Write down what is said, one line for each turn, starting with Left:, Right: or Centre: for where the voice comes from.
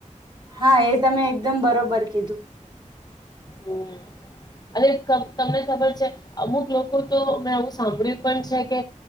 Right: હા એ તમે એકદમ બરોબર કીધું
Left: હમ અનેરે તમને ખબર છે અમુક લોકો તો મેં આવું સાંભળ્યું પણ છે કે